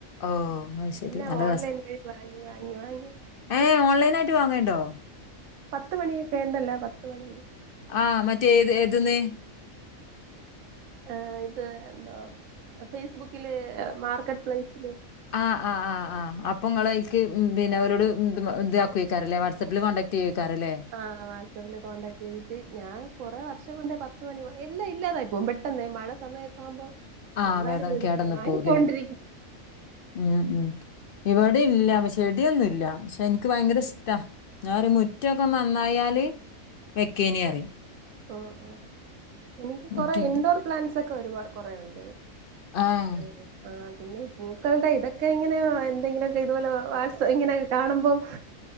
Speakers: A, on the left; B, on the right.
A: ഓഹ് അത് ശരി
B: എല്ലാം
A: നല്ല
B: ഓൺലൈൻ വഴി വാങ്ങി വാങ്ങി വാങ്ങി
A: ഏഹ ഓൺലൈനായിട്ട് വാങ്ങല്ണ്ടോ?
B: പത്ത് മണിയൊക്കെ ഉണ്ടല്ലോ പത്ത് മണി
A: ആ മറ്റേ ഏത് ഏത് ന്ന്?
B: ആ ഇത് എന്താ ഫേസ്ബുക്കില് മാർക്കറ്റ് പ്ലേസില്
A: ആ ആ ആ ആ അപ്പൊ ഇങ്ങള് അയ്ക്ക് പിന്നെ അവരോട് ഇത് ഇതാക്കു അയ്ക്കാരം ലേ വാട്സആപ്പിൽ കോണ്ടാക്ട് ക്റ്റ് യ്യോക്കാരല്ലേ
B: ആ വാട്സ്ആപ്പില് കോൺടാക്ട് ചെയ്തിട്ട് ഞാൻ കുറെ വർഷം കൊണ്ട് പത്ത് മണി എല്ലാം ഇല്ലാതായി പോവും പെട്ടെന്ന് മഴ സമയൊക്കെ ആവുമ്പോ
A: ആഹ്
B: എന്നാലും
A: വേട
B: വിടില്ല
A: കേടന്ന്
B: വാങ്ങിക്കൊണ്ടിരിം
A: പോവുല്ലേ ഉം ഉം ഇവടില്ല പക്ഷെടിയൊന്നൂല്ല പക്ഷെ ഇനിക്ക് ഭയങ്കരിഷ്
B: ഉം
A: ട്ടാ ഞാ പറി മുറ്റൊക്കെ നന്നായാല് വെക്കേനി അറിം
B: ഓ ഓ എനിക്ക്
A: മുറ്റത്ത്
B: കുറേ ഇൻഡോർ പ്ലാന്റ്സ് ഒക്കെ ഒരുപാ കുറേ ഒണ്ട്
A: ആഹ്
B: ഏ ആ പിന്നെ ഈ പൂക്കളുടെ ഇതൊക്കെ ഇങ്ങനെയ എന്തെങ്കിലൊക്കെ ഇതുപോലെ വാട്സ് ഇങ്ങനൊക്കെ കാണുമ്പോം